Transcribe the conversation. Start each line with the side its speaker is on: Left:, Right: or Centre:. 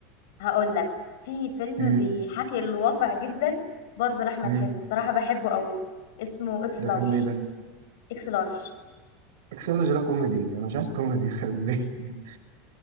Left: هقول لك في فيلم
Right: امم
Left: بيحكي الواقع جدا برضه لاحمد
Right: امم
Left: حلمي الصراحه بحبه قوي اسمه اكس
Right: ده
Left: لارج
Right: فيلم إيه ده؟
Left: اكس لارج
Right: اكسلوجي ده كوميدي أنا مش عايز كوميدي <laughs> يخرب بيتي.